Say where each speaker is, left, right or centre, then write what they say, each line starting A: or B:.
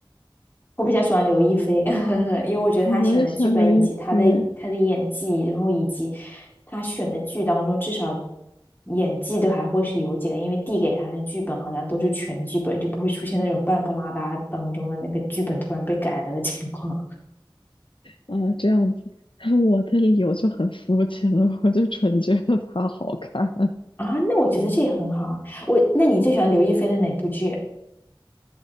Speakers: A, on the left; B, on the left.
A: 我比较喜欢刘亦菲，<laughs> 因为我觉得她选的剧本以及她的她的演技，
B: 啊，我也喜欢刘亦菲。
A: 然后以及她选的剧当中，至少演技都还会是有几个，因为递给她的剧本好像都是全剧本，就不会出现那种半不拉搭当中的那个剧本突然被改了的情况
B: 啊，这样子，<laughs> 我的理由就很肤浅了，我就纯觉得她好看。
A: <laughs> 啊。那我觉得这也很好啊。我，那你最喜欢刘亦菲的哪部剧